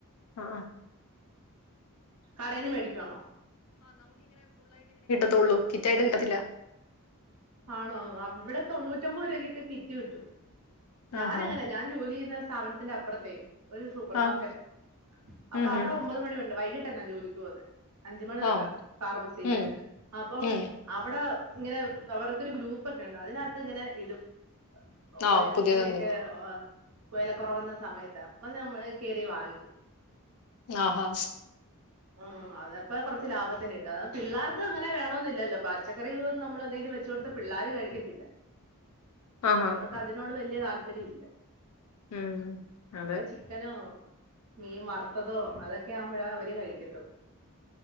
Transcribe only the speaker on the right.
കടേന്ന് മേടിക്വാണോ
ആണോ അവിടെ തൊണ്ണൂറ്റൊമ്പത് രൂപക്കൊക്കെ കിറ്റ് കിട്ടും ഞാനങ്ങനെ
ഞാൻ ജോലി ചെയ്യ്ന്ന സ്ഥാപനത്തി അപ്പറത്തെ ഒരു സൂപ്പർ
മാർക്കറ്റാ അപ്പൊ
അവിടെ
ഒമ്പത് മണി വരെണ്ട്‌ വൈകിട്ട് ന്നാ ജോലി പോകുന്നത് അഞ്ച മണി തൊട്ടാ
ഫാർമസീല്
അപ്പം
അവ്ടെ ഇങ്ങനെ വ് അവരൊക്കെ ഒരു ഗ്രൂപ്പൊക്കെ ഉണ്ട് അതിനകത്ത് ഇങ്ങനെ ഇടും ഹോയ്
കിറ്റിനൊക്കെ
ഹോയ് വെല കുറവന്ന സമയത്ത് അപ്പൊ നമ്മള് കേറി വാങ്ങിക്കും
ആഹ് അതപ്പോ കുറച്ച് ലാഭത്തിന് കിട്ടും പിള്ളാർക്ക് അങ്ങനെ വേണന്നില്ലല്ലോ പച്ചക്കറികന്നും നമ്മളെന്തങ്കിലും വെച്ചുകൊടുത്താ പിള്ളാര് കഴിക്കത്തില്ല
അവർക്ക് അതിനോട് വല്ല്യ താല്പര്യം ഇല്ല
ആർക്ക്
ചിക്കനോ മീൻ വറുത്തതോ അതൊക്കയാവുമ്പഴ് അവര് കഴി <unintelligible>